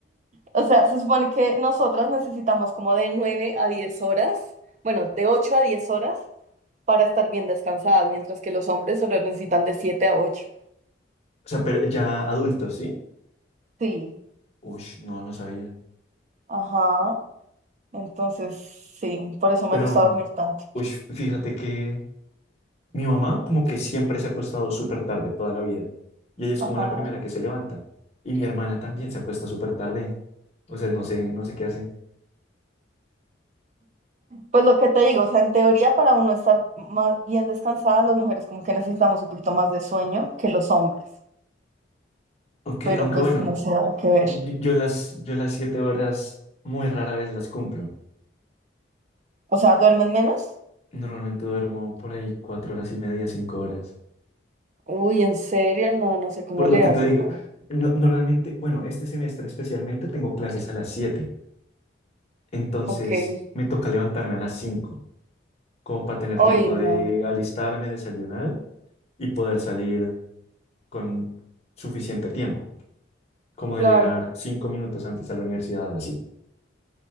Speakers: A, on the right (about 40°); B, on the left (about 35°).
A: O sea, se supone que nosotras necesitamos como de 9 a 10 horas, bueno, de 8 a 10 horas para estar bien descansadas, mientras que los hombres solo necesitan de 7 a 8.
B: O sea, pero ya adultos, ¿sí?
A: Sí,
B: Uy, no, no sabía.
A: ajá. Entonces, sí, por eso me
B: Pero,
A: gusta dormir tanto.
B: uy, fíjate que mi mamá como que siempre se ha acostado súper tarde toda la vida. Y ella es
A: Ajá.
B: como la primera que se levanta. Y mi hermana también se acuesta súper tarde. O sea, no sé, no sé qué hacen.
A: Pues lo que te digo, o sea, en teoría para uno estar más bien descansada, las mujeres como que necesitamos un poquito más de sueño que los hombres,
B: Ok,
A: pero
B: aunque
A: pues
B: bueno,
A: no sé, habrá que ver.
B: y- y- yo, las, yo las siete horas muy rara vez las cumplo.
A: O sea, ¿duermen menos?
B: Normalmente duermo por ahí cuatro horas y media, cinco horas.
A: Uy, ¿en serio? No, no sé cómo
B: Por
A: le
B: lo que
A: haces.
B: te digo,
A: a ver.
B: no- normalmente, bueno, este semestre especialmente tengo clases a las siete. Entonces
A: Ok.
B: me toca levantarme a las 5, como para tener
A: Hoy
B: tiempo
A: no,
B: de alistarme, desayunar y poder salir con suficiente tiempo, como
A: claro.
B: de llegar 5 minutos antes a la universidad, así,